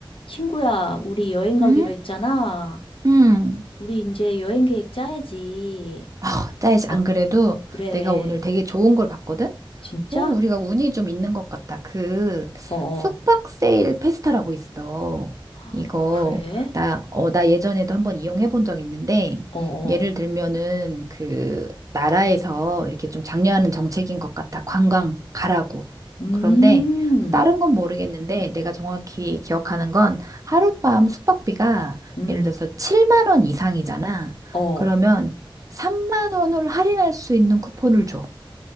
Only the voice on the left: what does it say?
친구야, 우리 여행 가기로
했잖아.
우리 이제 여행 계획 짜야지.
어,
그래.
진짜?
어, 어.
헉,
그래?
어, 어.
음,
음,
어.